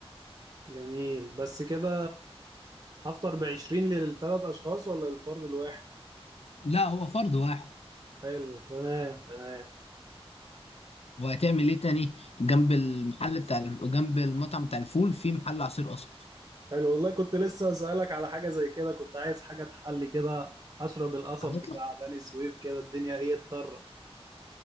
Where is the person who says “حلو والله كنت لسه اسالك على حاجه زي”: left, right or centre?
Right